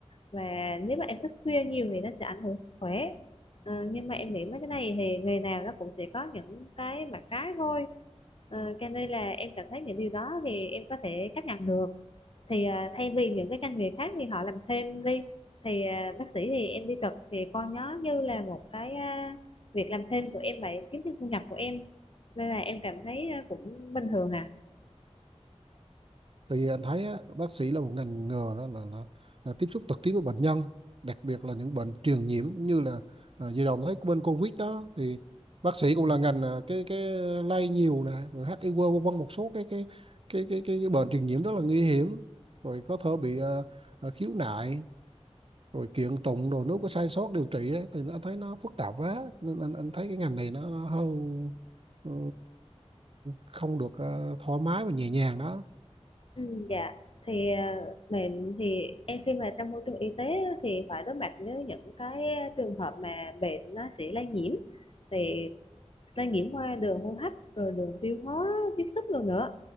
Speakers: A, on the left; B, on the right.
A: và nếu mà em thức khuya nhiều thì nó sẽ ảnh hưởng sức khỏe Ờ, nhưng mà em nghĩ mấy cái này thì nghề nào nó cũng sẽ có những cái mặt trái thôi Ờ, cho nên là em cảm thấy những điều đó thì em có thể chấp nhận được thì à, thay vì những cái ngành nghề khác thì họ làm thêm đi thì à, bác sĩ thì em đi trực thì coi nó như là một cái à, việc làm thêm của em vậy kiếm thêm thu nhập của em nên là em cảm thấy à, cũng bình thường ạ
B: Tại vì anh thấy á, bác sĩ là một ngành nghề đó là, là, là tiếp xúc trực tiếp với bệnh nhân, đặc biệt là những bệnh truyền nhiễm như là à, vừa đồng thấy bên Covid đó thì bác sĩ cũng là ngành à, cái cái lây nhiều nè, rồi HIV vân vân một số cái cái cái cái cái, cái bệnh truyền nhiễm rất là nguy hiểm, rồi có thể bị à, à, khiếu nại, rồi kiện tụng rồi nếu có sai sót điều trị đấy thì anh thấy nó phức tạp quá nên anh anh thấy cái ngành này nó, nó hơi ừ, không được à, thoải mái và nhẹ nhàng đó.
A: Ừ, dạ thì ờ, mình thì em khi mà trong môi trường y tế á, thì phải đối mặt với những cái trường hợp mà bệnh nó sẽ lây nhiễm thì lây nhiễm qua đường hô hấp rồi đường tiêu hóa tiếp xúc rồi nữa